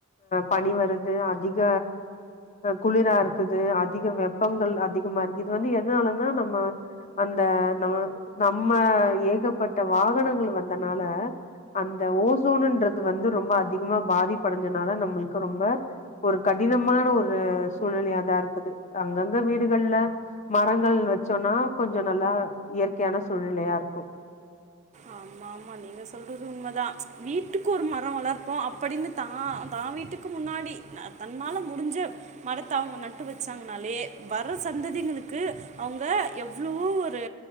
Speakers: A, on the left; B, on the right.
A: பனி வருது அதிக குளிரா இருக்குது அதிக வெப் வெப்பங்கள் அதிகமா இருக்கு இது வந்து எதுனாலன்னா நம்ம அந்த நம்ம நம்ம ஏகப்பட்ட வாகனங்கள் வந்தனால அந்த ஓசோனுன்றது வந்து ரொம்ப அதிகமா பாதிப்படைஞ்சனால நம்மளுக்கு ரொம்ப ஒரு கடினமான ஒரு சூழ்நிலையாதான் இருக்குது அங்கங்க வீடுகள்ல மரங்கள் வச்சோன்னா கொஞ்சோனா நல்லா இயற்கையான சூழ்நிலயாருக்கு
B: ஆமா ஆமா நீங்க சொல்றது உண்மதா வீட்டுக்கு ஒரு மரோ வளர்ப்போ அப்டின்னு தா தா வீட்டுக்கு முன்னாடி அ தன்னால முடிஞ்ச மரத்த அவுங்க நட்டு வச்சாங்கன்னாலே வர்ற சந்ததிங்களுக்கு அவுங்க எவ்ளோ ஒரு